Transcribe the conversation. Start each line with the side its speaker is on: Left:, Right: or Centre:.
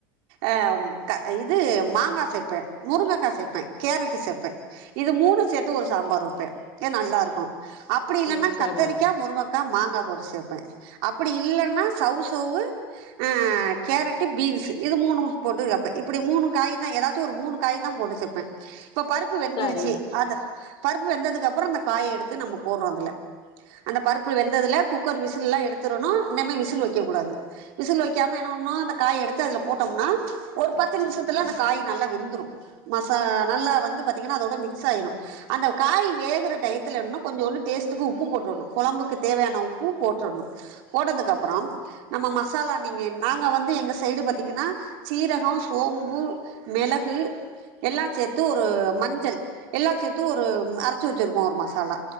Right: ஆ இது மாங்கா சேப்பே முருங்கக்கா சேப்பே கேரட்டு சேப்பே இது மூணு சேத்து ஒரு சாம்பார் வெப்பே இத் நல்லாருக்கோ அப்படி இல்லன்னா
Left: ஓ சரிங்க
Right: கத்தரிக்கா முருங்கக்கா மாங்கா போட்டு சேப்ப அப்படி இல்லன்னா சவ் சவ்வு ஆ கேரட்டு பீன்ஸு இது மூணும் போட்டு வெப்ப இப்படி மூணு காய் தா எதாச்சு ஒரு மூணு காய்தா போட்டு சேப்ப இப்ப பருப்பு வெந்துருச்சு
Left: சரிங்க
Right: அத பருப்பு வெந்ததுக்கு அப்புறோ அந்த காய எடுத்து நம்ம போட்றோ அதுல அந்த பருப்பு வெந்ததுல குக்கர் விசில்லா எடுத்துறணு இன்ன மே விசில் வைக்க கூடாது விசில் வைக்காம என்ன பண்ணு அந்த காய எடுத்து அதுல போட்டோம்னா ஒரு பத்து நிமிஷத்துல அந்த காய் நல்லா வெந்துரு மசா நல்லா வந்து பாத்தீங்கன்னா அதோட மிக்ஸ் ஆயிரு அந்த காய் வேகற டயத்துல வேண்ணா கொஞ்சொண்டு டேஸ்டுக்கு உப்பு போட்டுர்ணு கொழம்புக்கு தேவையான உப்பு போட்டுர்ணு போட்டதுக்கப்புறோம் நம்ம மசாலா நீங்க நாங்க வந்து எங்க சைடு பாத்தீங்கன்னா சீரகோ சோம்பு மெளகு எல்லா சேத்து ஒரு மஞ்சள் எல்லா சேத்து ஒரு அரச்சு வச்சிருப்போ ஒரு மசாலா